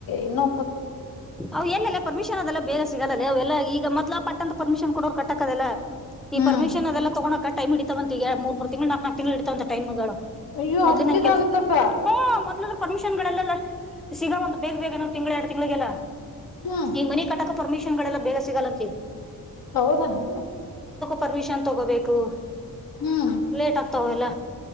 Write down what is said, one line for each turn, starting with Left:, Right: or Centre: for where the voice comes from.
Left: ಇನ್ನೊ
Centre: ಅವವು ಎಲ್ಲೆಲ್ಲ ಪರ್ಮಿಷನ್ ಅದೆಲ್ಲ ಬೇಗ ಸಿಗಾಲಲ್ಲೇ ಅವೆಲ್ಲಾ ಈಗ ಮೊದ್ಲ ಪಟ್ಟಂತ ಪರ್ಮಿಶನ್ ಕೊಡೋರು ಕಟ್ಟಕ್ಕದೆಲ್ಲ ಈ
Left: ಹ್ಮ್
Centre: ಪರ್ಮಿಷನ್ ಅದೆಲ್ಲ ತಗೋಕ ಟಮ್ ಇಡತವಂತ ಎ ಮೂರು ತಿಂಗಳು ನಾಕ ನಕ ತಿಂಗಳು ಇತವಂತ ೈಮ್ಗಳು
Left: ಅಯ್ಯೋ
Centre: ಮೊದ್ಲಿ
Left: ಅಷ್ಟಿದಾಗತ್ತಕ್ಕ
Centre: ನನ್ ಕೆಲ್ಸ ಹ್ಮ ಮೊದ್ಲು ಪರ್ಮಿಷನ್ ಗಳಲ್ಲ ಸಿಗಂಂತ ಬೇಗ ಬೇಗವು ತಿಂ್ಗಳ ಎರಡು ತಿಂಗಳಿಗೆಲ್ಲ
Left: ಹ್ಮ್
Centre: ಈ ಮನೆಿ ಕಟಕ ಪರ್ಮಿಷನ್ ಗಳೆಲ್ಲ ಬೇಗ ಸಿಗಲ್ಲಂತೇಳ
Left: ಹೌದಾನ
Centre: ಪರ್ಮಿಷನ್ ತಗೋಬೇಕು
Left: ಹ್ಮ್
Centre: ಲೇಟ್ ಆಗ್ತಾವಲ್ಲ